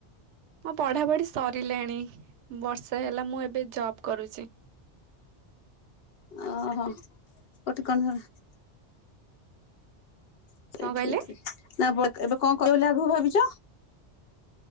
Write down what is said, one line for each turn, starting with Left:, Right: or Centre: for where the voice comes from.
Right: ମୋ ପଢାପଢି ସରିଲାଣି ବର୍ଷେ ହେଲା ମୁଁ ଏବେ ଜବ୍ କରୁଛି।
Left: ଓହୋ କୋଠି କଣ <unintelligible> <unintelligible>
Right: କଣ କହିଲେ?
Left: ନା ଏ ଏବେ କଣ କରିବ ବୋଲି ଆଗକୁ ଭାବିଛ?